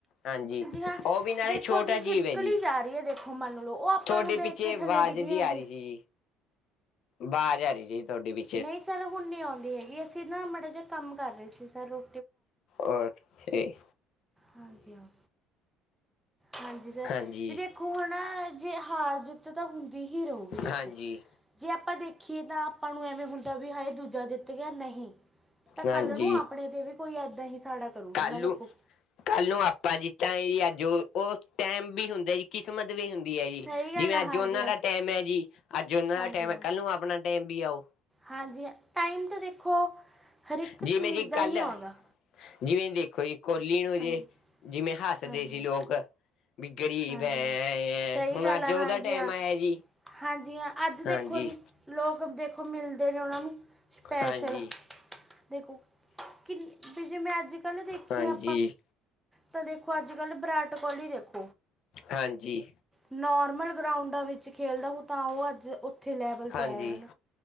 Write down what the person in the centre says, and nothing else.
ਹਾਂ
ਦੇਖੋ
ਜੀ ਛਿਪਕਲੀ
ਜਾ ਰਹੀ ਹੈ ਦੇਖੋ ਮੰਨ ਲਓ ਉਹ ਆਪਾਂ
ਨੂੰ ਦੇਖ
ਕੇ
ਥੱਲੇ
ਡਿੱਗ
ਜਾਂਦੀ ਹੈ
ਨਈਂ ਸਰ ਹੁਣ ਨੀਂ ਆਉਂਦੀ ਹੈਗੀ, ਅਸੀਂ ਨਾ ਮਾੜਾ ਜੇਆ ਕੰਮ ਕਰ ਰੇ ਸੀ ਸਰ ਓ।
ਹਾਂਜੀ, ਹਾਂ। ਹਾਂਜੀ ਸਰ
ਵੀ ਦੇਖੋ, ਹੈਂਨਾ ਜੇ ਹਾਰ ਜਿੱਤ ਤਾਂ ਹੁੰਦੀ ਹੀ ਰਹੂਗੀ ਦੇਖੋ।
ਜੇ ਆਪਾਂ ਦੇਖੀਏ ਤਾਂ ਆਪਾਂ ਨੂੰ ਐਵੇਂ ਹੁੰਦਾ ਵੀ ਹਾਏ ਦੂਜਾ ਜਿੱਤ ਗਿਆ, ਨਹੀਂ ਤਾਂ ਕੱਲ
ਨੂੰ ਆਪਣੇ ਤੇ ਵੀ ਕੋਈ ਏਦਾਂ ਹੀ ਸਾੜਾ ਕਰੂ
ਹੈਨਾ ਦੇਖੋ।
ਸਹੀ
ਗੱਲ
ਆ
ਹਾਂਜੀ
ਹਾਂ
ਹਾਂਜੀ
ਹਾਂ
ਹਾਂਜੀ ਹਾਂ, ਟਾਈਮ ਤਾਂ ਦੇਖੋ ਹਰਿੱਕ
ਚੀਜ
ਦਾ
ਹੀ ਆਉਂਦਾ।
ਹਾਂਜੀ
ਹਾਂਜੀ
ਹਾਂ
ਹਾਂਜੀ
ਹਾਂ ਸਹੀ
ਗੱਲ
ਆ ਹਾਂਜੀ
ਹਾਂ
ਹਾਂਜੀ, ਹਾਂ। ਅੱਜ
ਦੇਖੋ ਜੀ, ਲੋਕ ਦੇਖੋ ਮਿਲਦੇ ਨੇ ਓਨਾਂ ਨੂੰ ਸਪੈਸ਼ਲ।
ਦੇਖੋ ਕਿ ਵੀ ਜੇ ਮੈਂ ਅੱਜ-ਕੱਲ ਦੇਖੇਆਂ
ਤਾਂ ਦੇਖੋ ਅੱਜ-ਕੱਲ ਵਿਰਾਟ ਕੋਹਲੀ ਦੇਖੋ
ਨੋਰਮਲ ਗਰਾਊਂਡਾਂ ਵਿੱਚ ਖੇਲਦਾ ਹੋਊ ਤਾਂ ਓ ਅੱਜ ਉੱਥੇ ਲੈਵਲ
'ਤੇ ਆਇਆ, ਹਨਾ।